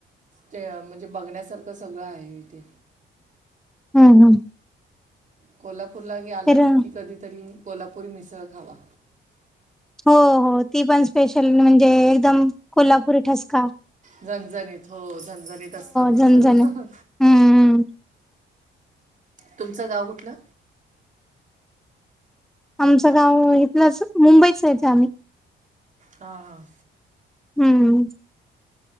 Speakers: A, on the right; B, in the centre.
A: ते म्हणजे बघण्यासारखं सगळं आहे इथे
B: हम् हम
A: कोल्हापूरलाही आलात
B: तर
A: की कधीतरी कोल्हापूरी मिसळ खावा
B: हो हो ती पण स्पेशल म्हणजे एकदम कोल्हापुरी ठसका-‍-
A: झणझणीत हो झणझणीत असतं आमचं
B: झणझण
A: सगळं
B: हम्म.
A: तुमचं गाव कुठलं?
B: आमचं गाव इथलंच मुंबईचयचं आम्ही
A: हां.
B: हम्म.